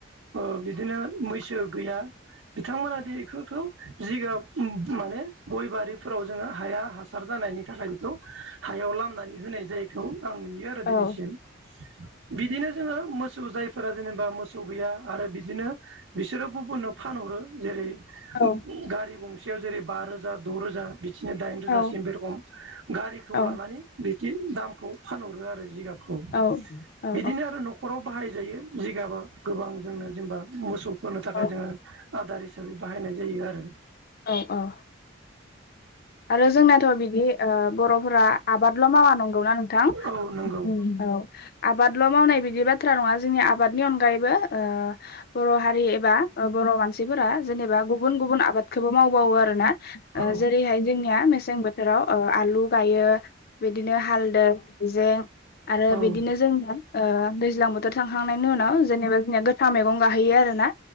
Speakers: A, on the right; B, on the left.
A: ओ बिदिनो मैसो गैया बिथांमोना दिनै थु-थु जिगाब माने गय बारिफोराव जोङो हाया हासार जानायनि थाखाय बेखौ हायाव लामना जायखौ आं नुयो आरो दिनैसिम
B: औ
A: बिदिनो जोङो मोसौ जाय फोरा जेनेबा मोसौ गैया आरो बिदिनो बिसोरो गुबुननो फानहरो जेरै
B: औ
A: गारि गंसेयाव जेरै- बा रोजा द' रोजा। बिदिनो दाइन रोजा'
B: औ
A: सिम बे रखम गारिखौ
B: औ
A: लानानै बिदि दामखौ फानहरो आरो जिगाब खौ।
B: औ औ
A: बिदिनो आरो न'खराव बाहायजायो जिगाबा गोबां जोंनो जेनेबा मोसौ होननो थाखाय
B: औ
A: जोङो आदार हिसाबै बाहायनाय जायो आरो।
B: औ औ। आरो जोंनाथ' बिदि ओ बर'फोरा आबादल' मावा नंगौना नोंथां
A: औ नंगौ
B: ओम औ आ आबादल' मावनाय बिदि बाथ्रा नङा जोंनि आबादनि अनगायैबो ओ बर' हारि एबा बर' मानफोरा जेनबा गुबुन गुब खौबो मावबावो आरोना
A: औ
B: जेरै'हाय जोंनिया मेसें बोथोराव ओ आलु गायो बिदिनो हालदै हायजें
A: औ
B: आरो बिदिनो जों ओ थांहांनायनि उनाव जेनेबा जोंनिया गोथां मैं गाहैयो आरो ना